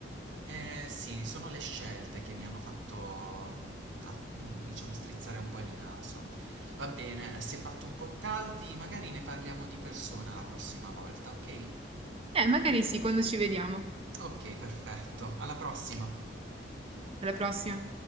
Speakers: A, on the right; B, on the right.
A: Eh sì, sono le scelte che mi hanno fatto, mm, a- mm, diciamo, strizzare un po' il naso. Va bene, eh, si è fatto un po' tardi, magari ne parliamo di persona la prossima volta, ok?
B: Eh, magari sì, quando ci vediamo.
A: Ok, perfetto. Alla prossima.
B: Alla prossima.